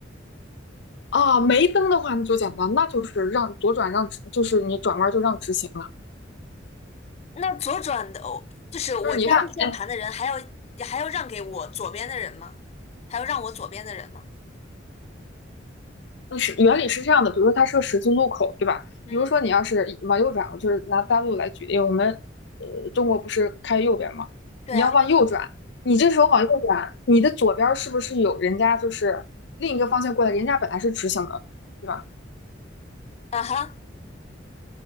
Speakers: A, on the left (about 65°); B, on the left (about 35°).
A: 啊没灯的话，那就简单，那就是让左转让直就是你转弯就让直行了。
B: 那左转的，哦就是我加入转盘的人，
A: 就是你看，哎，
B: 还要还要让给我左边的人吗？还要让我左边的人吗？
A: 呃是原理是这样的，比如说它是个十字路口，对吧？
B: 嗯，
A: 比如说你要是往右转，我就是拿大陆来举例，我们呃中国不是开右边吗？
B: 对啊，
A: 你要往右转，你这时候往右转，你的左边儿是不是有人家就是另一个方向过来，人家本来是直行的，对吧？
B: 啊哈，